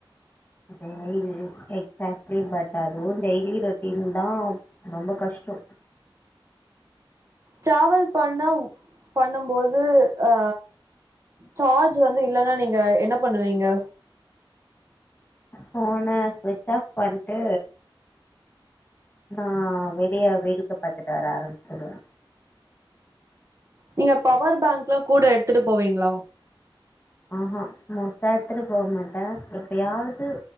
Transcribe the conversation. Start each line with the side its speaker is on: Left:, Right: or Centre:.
Left: டெய்லியு எக்ஸ்ஆக்ட்லி பட் அதுவு டெய்லி ரோட்டின்தா ரொம்ப கஷ்டோ
Right: ட்ராவல் பண்ணா பண்ணும்போது அ சார்ஜ் வந்து இல்லன்னா நீங்க என்ன பண்ணுவீங்க
Left: ஃபோன ஸ்விட்ச் ஆஃப் பண்ட்டு ஆ வெளிய வேடிக்க பாத்துட் வர ஆரம்பிச்சிடுவ
Right: நீங்க பவர் பேங்க் லாம் கூட எடுத்துட் போவீங்ளா
Left: ஆ அ மொத்த எடுத்துட் போவ் மாட்ட எப்யாவ்து